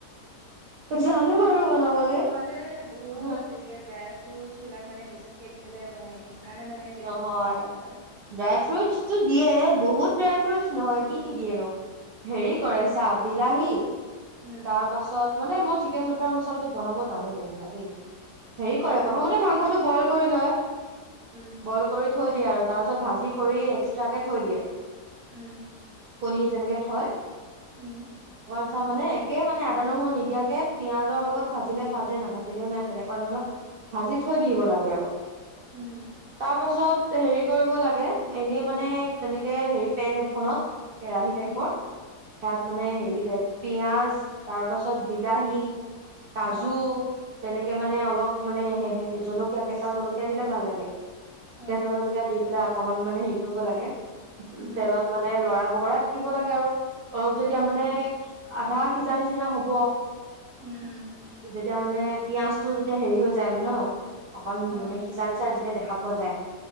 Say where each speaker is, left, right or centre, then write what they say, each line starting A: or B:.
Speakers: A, on the right; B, on the right.
A: জানো বাৰু বনাবলে
B: সিহঁতে বহুত
A: অ
B: দেৰি ড্ৰাই ফ্ৰুট বিলাক মানে বেছিকে দি পেলাই বনাই দিয়ে। সেইকাৰণে মানে টেষ্টটো
A: নহয়
B: তেনেকুৱা হয়
A: ড্ৰাই ফ্ৰুটছটো দিয়ে বহু বহুত ড্ৰাই ফ্ৰুটছ নহয় কি কি দিয়েনো, হেৰি কৰেছা বিলাহী
B: উম
A: তাৰ পাছত মানে মই চিকেন বাটাৰ মচলাটো বনাব জানো যেনিবা দেই। হেৰি
B: অ
A: কৰে প্ৰথমতে মাংসটো বইল কৰি লয়
B: উম
A: বইল কৰি থৈ দিয়ে আৰু তাৰপিছত ভাজি কৰি এক্সট্ৰাকে থৈ দিয়ে।
B: উম।
A: পনীৰ যেনেকে থয়
B: উম।
A: আচ্ছা মানে একে মানে আদা, নহৰু নিদিয়াকে পিয়াজৰ লগত ভাজিলে ভাজে না ভাজিলেও নাই তেনেকুৱা ধৰণৰ। ভাজি থৈ দিব লাগে আৰু
B: উম।
A: তাৰ পাছত হেৰি কৰিব লাগে এনেই মানে এনেকে হেৰি পেন এখনত কেৰাহী টাইপৰ
B: উম
A: সেয়াত মানে হেৰি দে পিয়াজ তাৰ পাছত বিলাহী কাজু।
B: অ
A: তেনেকে মানে অলপ মানে জলকীয়া কেঁচা জলকীয়া দিলে ভাল লাগে।
B: অ
A: কেঁচা জলকীয়া দি পেলাই অকমান মানে হেৰি কৰিব লাগে
B: উম
A: তেলত মানে লৰা বগৰা থাকিব লাগে আৰু অলপ যেতিয়া
B: উম
A: মানে আধা সিজা নিচিনা হব
B: উম উম
A: তেতিয়া মানে পপিয়াঁজটো যেতিয়া হেৰি হৈ যায় মানে ন অকন
B: অ
A: মানে সিজা নিচা যেতিয়া দেখা পোৱা যায়